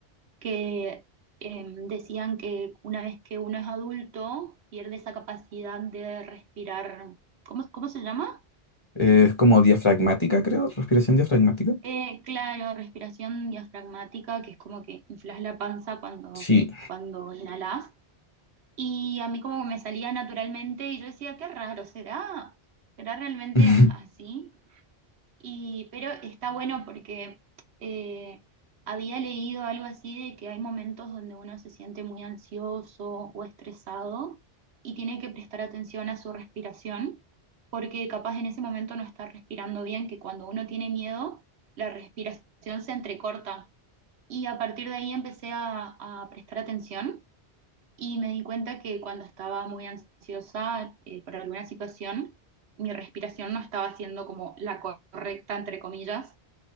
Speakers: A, on the right (about 80°); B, on the left (about 25°).
A: que em, decían que una vez que uno es adulto pierde esa capacidad de respirar, ¿cómo, cómo se llama?
B: Eh, es como diafragmática, creo, respiración diafragmática.
A: Eh, claro, respiración diafragmática, que es como que inflas la panza cuando,
B: Sí.
A: cuando inhalas. Y a mí como que me salía naturalmente y yo decía, qué raro, ¿será? ¿Será realmente
B: <laughs>
A: <laughs> así? Y, pero está bueno porque eh, había leído algo así de que hay momentos donde uno se siente muy ansioso o estresado y tiene que prestar atención a su respiración, porque capaz en ese momento no está respirando bien, que cuando uno tiene miedo, la respiración se entrecorta. Y a partir de ahí empecé a, a prestar atención y me di cuenta que cuando estaba muy ansiosa eh, por alguna situación, mi respiración no estaba siendo como la correcta, entre comillas.